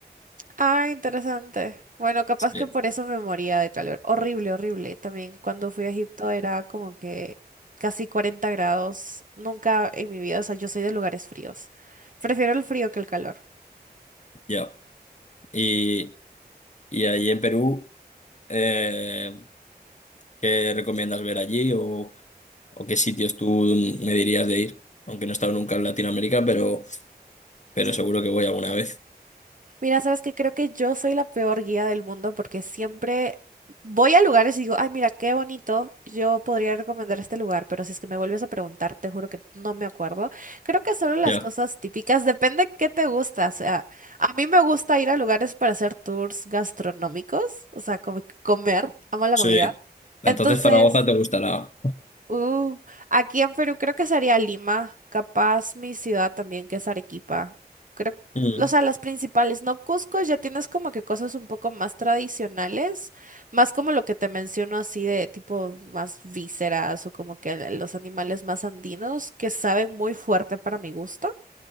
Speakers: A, on the right (about 50°); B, on the left (about 45°).
A: Ah, interesante. Bueno, capaz
B: Sí,
A: que por eso me moría de calor. Horrible, horrible. También cuando fui a Egipto era como que casi 40 grados. Nunca en mi vida, o sea, yo soy de lugares fríos. Prefiero el frío que el calor.
B: ya. Y, y ahí en Perú, eh, ¿qué recomiendas ver allí? O o qué sitios tú me dirías de ir, aunque no he estado nunca en Latinoamérica, pero, pero seguro que voy alguna vez.
A: Mira, sabes que creo que yo soy la peor guía del mundo porque siempre voy a lugares y digo, ay, mira, qué bonito, yo podría recomendar este lugar, pero si es que me vuelves a preguntar, te juro que no me acuerdo. Creo que solo las
B: Ya,
A: cosas típicas, depende qué te gusta. O sea, a mí me gusta ir a lugares para hacer tours gastronómicos, o sea, como comer, amo la
B: sí.
A: comida.
B: Entonces
A: Entonces,
B: Zaragoza te gustará.
A: Uh, aquí en Perú creo que sería Lima, capaz mi ciudad también, que es Arequipa. Creo,
B: Mm,
A: o sea, las principales, ¿no? Cusco ya tienes como que cosas un poco más tradicionales, más como lo que te menciono así de tipo más vísceras o como que los animales más andinos que saben muy fuerte para mi gusto.